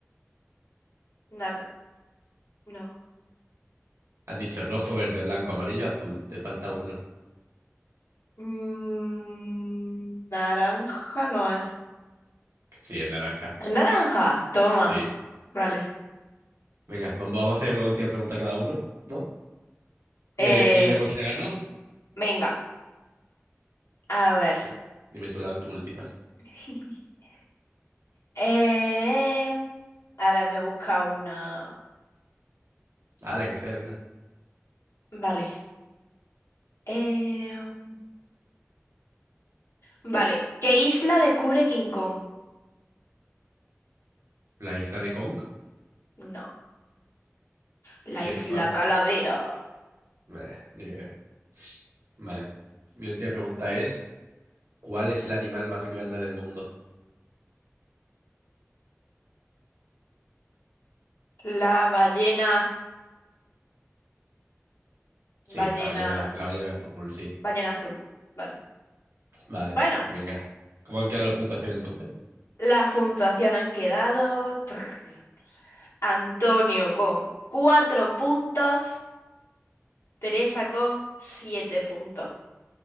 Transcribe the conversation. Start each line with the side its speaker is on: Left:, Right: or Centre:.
Left: nar- No.
Right: Has dicho rojo, verde, blanco, amarillo, azul. Te falta uno.
Left: Mm, naranja no es.
Right: Sí, es naranja.
Left: Es naranja, toma.
Right: Sí.
Left: Vale.
Right: Venga, vam- vamos a hacer una última pregunta cada uno, ¿no?
Left: Eh,
Right: Y ahí, ahí vemos quién ha ganado.
Left: venga, a ver.
Right: Bien. Dime tú la tu última.
Left: <laughs> Em, a ver, voy a buscar una.
Right: Ah, la que sea, venga.
Left: Vale. Em, vale. ¿Qué isla descubre King Kong?
Right: La isla de Kong.
Left: No.
Right: Pues,
Left: La
Right: ¿Qué,
Left: isla
Right: cuál?
Left: Calavera.
Right: Eh, ni idea. Vale. Mi última pregunta es, ¿cuál es el animal más grande del mundo?
Left: La ballena.
Right: Sí,
Left: Ballena.
Right: la ballena, la ballena azul, sí.
Left: Ballena azul. Vale.
Right: Vale,
Left: Bueno,
Right: pues venga. ¿Cómo han quedado la puntuación entonces?
Left: las puntuaciones han quedado. Trrr. Antonio con cuatro puntos, Teresa con siete puntos.